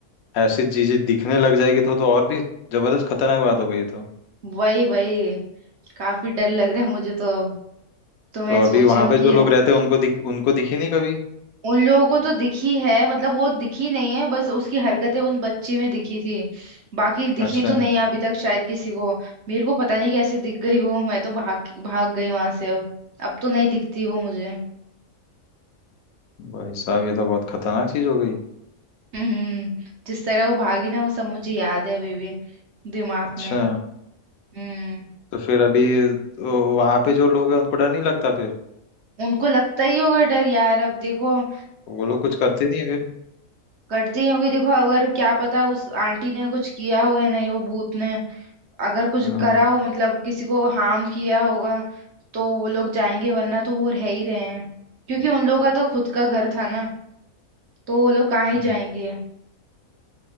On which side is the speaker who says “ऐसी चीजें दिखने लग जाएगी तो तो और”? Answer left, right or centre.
Left